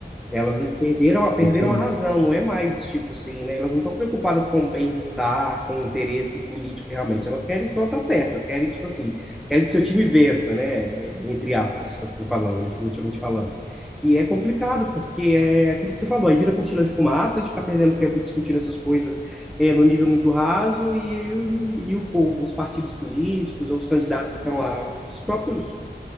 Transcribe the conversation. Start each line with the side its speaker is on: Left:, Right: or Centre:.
Centre: Elas não perderam, perderam
Left: É Isso aí.
Centre: a razão, não é mais tipo assim, né? Elas não estão preocupadas com o bem-estar, com o interesse político realmente. Elas querem só estar certas, querem, tipo assim, querem que seu time vença, né? Entre aspas, assim falando, né? Figurativamente falando. E é complicado, porque é aquilo que você falou, aí vira cortina de fumaça, a gente fica perdendo tempo discutindo essas coisas é, no nível muito raso, e, e, e o povo, os partidos políticos, ou os candidatos que estão lá, os próprios